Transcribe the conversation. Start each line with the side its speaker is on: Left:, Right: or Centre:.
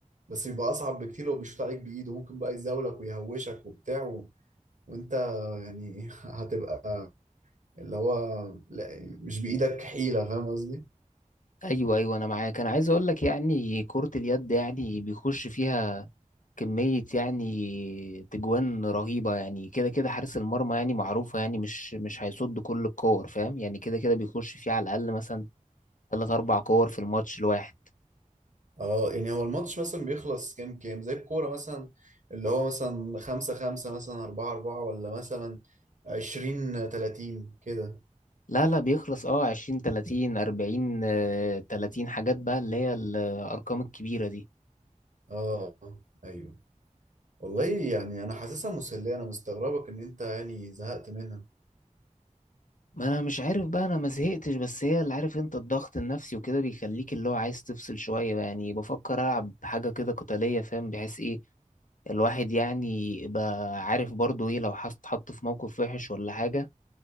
Right: بس بيبقى أصعب بكتير لو بيشوط عليك بإيده ممكن بقى يزاولك ويهوشك وبتاع وانت يعني <laughs> هتبقى اللي هو لا مش بإيدك حيلة فاهم قصدي؟
Left: ايوه ايوه انا معاك انا عايز اقول لك يعني كرة اليد يعني بيخش فيها كمية يعني تجوان رهيبة يعني كده كده حارس المرمى يعني معروفة يعني مش مش هيصد كل الكور فاهم يعني كده كده بيخش فيه على الأقل مثلا تلات أربع كور في الماتش الواحد
Right: اه يعني هو الماتش مثلا بيخلص كام كام زي الكورة مثلا اللي هو مثلا خمسة خمسة مثلا أربعة أربعة ولا مثلا عشرين تلاتين كده
Left: لا لا بيخلص اه عشرين تلاتين أربعين آه، تلاتين حاجات بقى اللي هي الأرقام الكبيرة دي
Right: اه أيوه والله يعني أنا حاسسها مسلية أنا مستغربك إن أنت يعني زهقت منها
Left: ما انا مش عارف بقى انا ما زهقتش بس هي اللي عارف انت الضغط النفسي وكده بيخليك اللي هو عايز تفصل شوية بقى يعني بفكر العب حاجة كده قتالية فاهم بحيث ايه الواحد يعني يبقى عارف برضو ايه لو حط حط في موقف وحش ولا حاجة